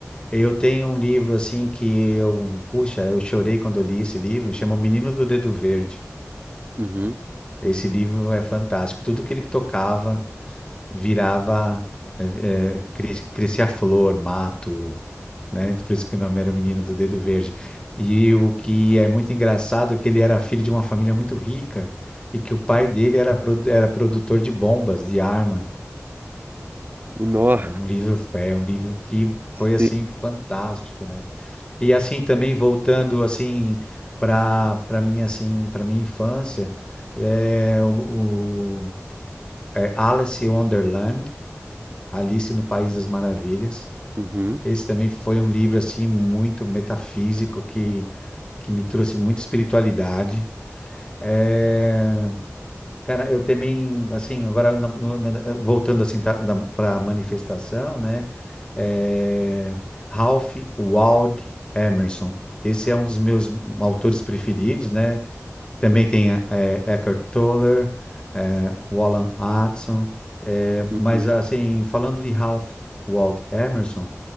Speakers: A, on the left; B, on the right.
A: Eu tenho um livro assim que eu, puxa, eu chorei quando eu li esse livro, chama O Menino do Dedo Verde.
B: Uhum.
A: Esse livro é fantástico. Tudo que ele tocava virava, eh, eh, cres- crescia flor, mato, né? Por isso que o nome era Menino do Dedo Verde. E o que é muito engraçado é que ele era filho de uma família muito rica e que o pai dele era, produ- era produtor de bombas, de arma.
B: Nó.
A: É um livro, é um livro que foi assim
B: Sim.
A: fantástico, né? E assim também voltando assim para para mim assim para minha infância é o, o- é Alice in Wonderland, Alice no País das Maravilhas.
B: Uhum.
A: Esse também foi um livro assim muito metafísico que que me trouxe muita espiritualidade. É, Cara, eu também, assim, agora no- no- na- voltando assim para a manifestação, né? É, Ralph Waldo Emerson. Esse é um dos meus autores preferidos, né? Também tem é, Eckhart Tolle, é, Wallen Hudson. é,
B: Uhum.
A: mas, assim, falando de Ralph Waldo Emerson,